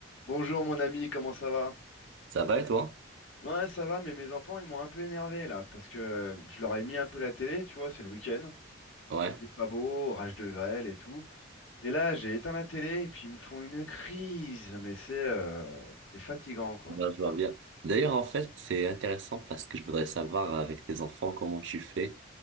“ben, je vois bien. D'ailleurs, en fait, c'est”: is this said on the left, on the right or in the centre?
Right